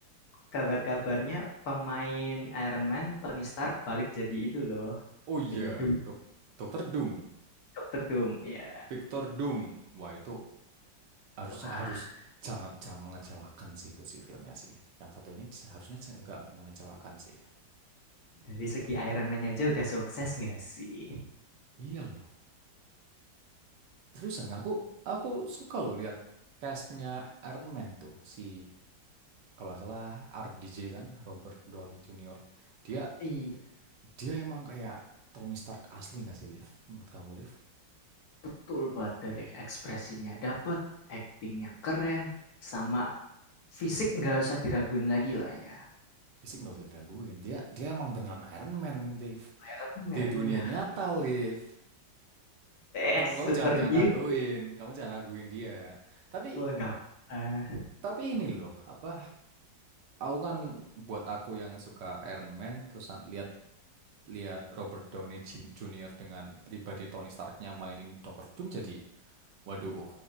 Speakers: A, on the left (about 65°); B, on the right (about 70°).
A: kabar-kabarnya pemain Iron Man, Tony Stark balik jadi itu loh,
B: Oh iya,
A: jadi Doom.
B: Dok Dokter Doom,
A: Dokter Doom ya.
B: Victor Doom. Wah, itu harusnya
A: Wah,
B: harus jangan jangan mengecewakan sih itu sih filmnya sih. Yang satu ini harusnya enggak mengecewakan sih.
A: dari segi Iron Man aja udah sukses nggak sih?
B: Iya loh. Seriusan, aku aku suka loh lihat castnya Iron Man tuh si kalau nggak salah RDJ kan Robert Downey Jr. Dia
A: Iya,
B: dia emang kayak Tony Stark asli nggak sih Liv? Menurut kamu Liv?
A: betul banget dari ekspresinya dapat, actingnya keren, sama fisik nggak usah diraguin lagi lah ya.
B: Fisik nggak usah diraguin. Dia dia emang beneran Iron Man Liv.
A: Iron Man
B: Di dunia
A: ya,
B: nyata Liv. Kamu
A: eh superhero
B: kamu jangan jangan raguin. Kamu jangan raguin dia. Tapi
A: nggak pernah.
B: tapi ini loh apa? Aku kan buat aku yang suka Iron Man terus an- lihat lihat Robert Downey Jin- Jr. dengan pribadi Tony Starknya mainin Doctor Doom jadi waduh